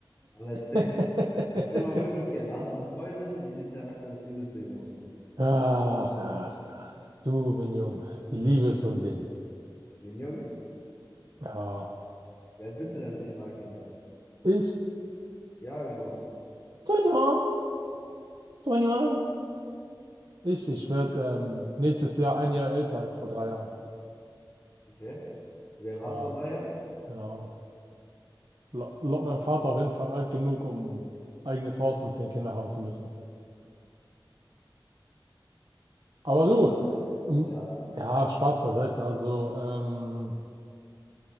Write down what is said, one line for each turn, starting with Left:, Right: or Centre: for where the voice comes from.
Left: Aber erzähl,
Right: <laughs>
Left: <laughs> erzähl mal wirklich gerne. Hast du eine Freundin? Wie sieht dein aktuelles Liebesleben aus?
Right: Ach, ach, ach. Du, mein Junge. Die Liebe ist so ein Ding.
Left: Bin jung?
Right: Ja.
Left: Wie alt bist du denn, wenn ich fragen darf?
Right: Ich?
Left: Ja, genau.
Right: 21. 21. Ich, ich werde ähm, nächstes Jahr ein Jahr älter als vor drei Jahren.
Left: Okay. Wie alt warst
Right: Ja,
Left: du vor drei Jahren?
Right: keine Ahnung. Lo- Lot mein Vater auf jeden Fall alt genug, um eigenes Haus und zehn Kinder haben zu müssen. Aber
Left: <laughs>
Right: du,
Left: Aber, also,
Right: ähm,
Left: ja.
Right: ja, Spaß beiseite. Also, ähm,